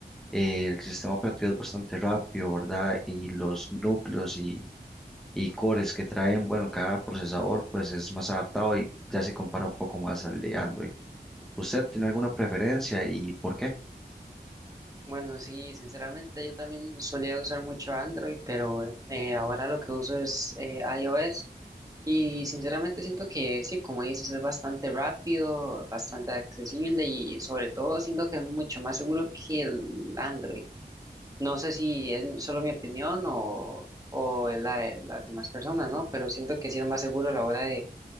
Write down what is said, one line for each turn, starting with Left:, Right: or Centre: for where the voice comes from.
Centre: eh, el sistema operativo es bastante rápido, ¿verdad? Y los núcleos y, y cores que traen, bueno, cada procesador pues es más adaptado y ya se compara un poco más al de Android. ¿Usted tiene alguna preferencia y por qué?
Right: Bueno, sí, sinceramente yo también solía usar mucho Android, pero eh, ahora lo que uso es eh, iOS y sinceramente siento que sí, como dices, es bastante rápido, bastante accesible y sobre todo siento que es mucho más seguro que el Android. No sé si es solo mi opinión o, o es la de las demás personas, ¿no? Pero siento que sí es más seguro a la hora de